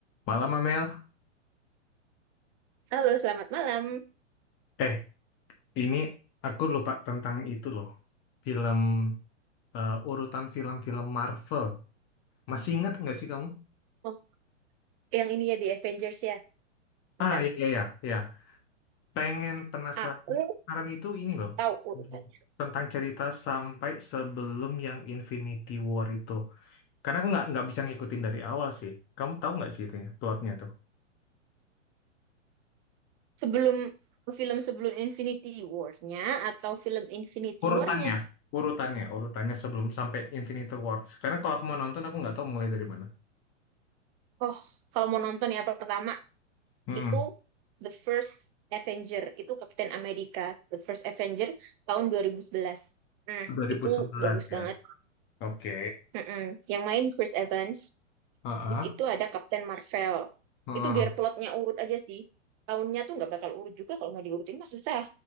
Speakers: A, on the left; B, on the right.
A: Malam, Amel.
B: Halo, selamat malam.
A: Eh, ini aku lupa tentang itu loh. Film, eh, urutan film-film Marvel. Masih ingat nggak sih kamu?
B: Oh, Yang ini ya di Avengers ya. Bentar.
A: Ah, iya, iya, iya. iya. Pengen penasaran.
B: Aku
A: Penasaran itu ini loh.
B: tahu urutannya.
A: Tentang cerita sampai sebelum yang Infinity War itu. Karena aku nggak nggak bisa ngikutin dari awal sih. Kamu tahu nggak sih itunya, plotnya tuh?
B: Sebelum film sebelum Infinity War-nya atau film Infinity
A: Urutannya.
B: War-nya.
A: Urutannya, urutannya sebelum sampai Infinity War. Karena kalau aku mau nonton, aku nggak tahu mulai dari mana.
B: Oh, kalau mau nonton ya pertama
A: Hmm,
B: itu The First Avenger, itu Kapten Amerika The First Avenger tahun 2011. Nah,
A: 2011
B: itu bagus banget.
A: ya. Oke.
B: Mm-mm. Yang main Chris Evans,
A: Heeh,
B: bis itu ada Kapten Marvel.
A: heeh.
B: Itu biar plotnya urut aja sih. Tahunnya tuh nggak bakal urut juga kalau mau diurutin mah susah.